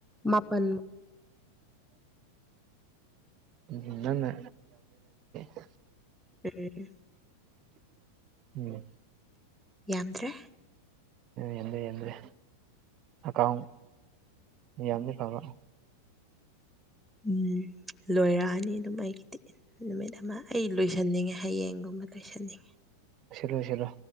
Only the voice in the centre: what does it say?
ꯃꯥꯄꯟ
<inaudible>
ꯌꯥꯝꯗ꯭ꯔꯦ
ꯎꯝ ꯂꯣꯏꯔꯛꯑꯅꯤ ꯑꯗꯨꯝ ꯑꯩꯒꯤꯗꯤ ꯅꯨꯃꯤꯠ ꯑꯃ ꯑꯩ ꯂꯣꯏꯁꯟꯅꯤꯡꯉꯦ ꯍꯌꯦꯡꯒꯨꯝꯕ ꯂꯣꯏꯁꯟꯅꯤꯡꯉꯦ